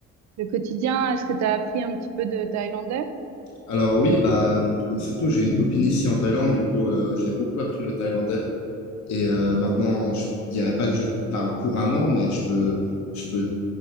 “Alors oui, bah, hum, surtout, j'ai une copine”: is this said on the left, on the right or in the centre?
Left